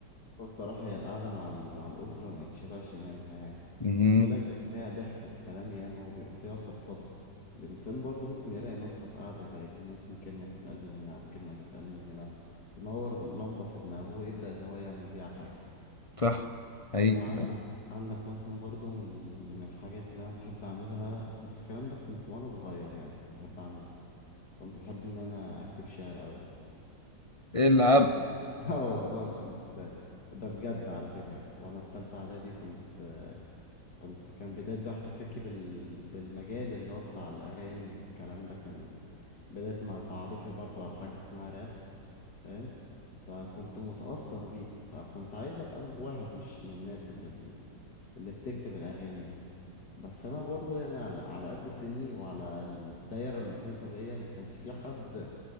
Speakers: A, on the left; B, on the left.
A: الصراحة هي القعدة مع ال... مع الأسرة ما يتشبعش منها يعني
B: مهم.
A: خد بالك <laughs> بيبقى فيها ضحك وكلام ياما وبيبقى فيها فضفضة الإنسان برضه ممكن يلاقي نفسه في قعدة زي دي ممكن كلمة تتقال من هنا أو كلمة تتقال من هنا تنور اللمبة في دماغه ويبدأ إن هو يعمل بيها حاجة
B: صح حقيقي
A: آه، عندك عندك مثلا برضو من ال- من الحاجات اللي انا بحب اعملها بس الكلام ده كنت وانا صغير يعني كنت بحب اعملها كنت بحب ان انا اكتب شعر قوي
B: العب
A: بجد <laughs> اه والله كنت ده بجد على فكرة وانا في تالتة اعدادي كنت كنت كان بداية بقى احتكاكي بال... بالمجال اللي هو بتاع الاغاني والكلام ده كان بداية مع تعرفي برضو على حاجة اسمها راب فاهم فكنت متأثر بيه فكنت عايز ابقى م- واحد مش من الناس اللي بال... اللي بتكتب الاغاني دي بس انا برضو يعني على, على قد سني وعلى الدايرة المحيطة بيا ما كانش في حد